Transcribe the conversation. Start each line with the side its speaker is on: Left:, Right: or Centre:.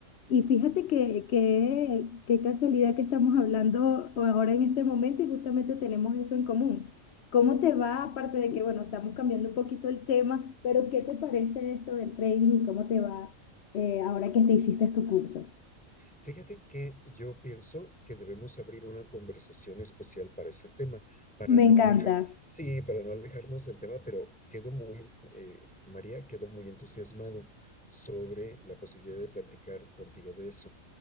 Left: Y fíjate que, que- qué casualidad que estamos hablando ahora en este momento y justamente tenemos eso en común. ¿Cómo te va? Aparte de que, bueno, estamos cambiando un poquito el tema, pero ¿qué te parece esto del trading y cómo te va eh, ahora que te hiciste tu curso?
Centre: Fíjate que yo pienso que debemos abrir una conversación especial para ese tema, para
Left: Me
Centre: no
Left: encanta.
Centre: alejar, sí, para no alejarnos del tema, pero quedo muy, eh, María, quedo muy entusiasmado sobre la posibilidad de platicar contigo de eso.